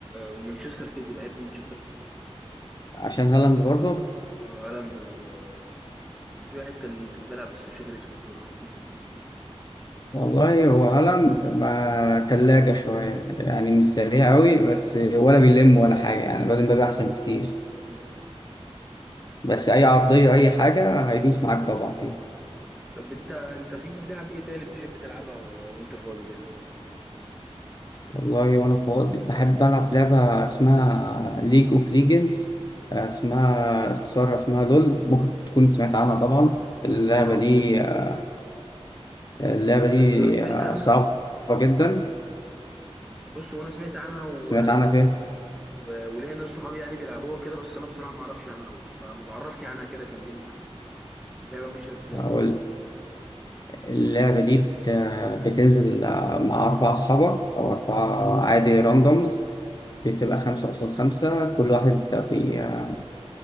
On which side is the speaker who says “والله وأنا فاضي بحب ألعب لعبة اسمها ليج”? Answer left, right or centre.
Left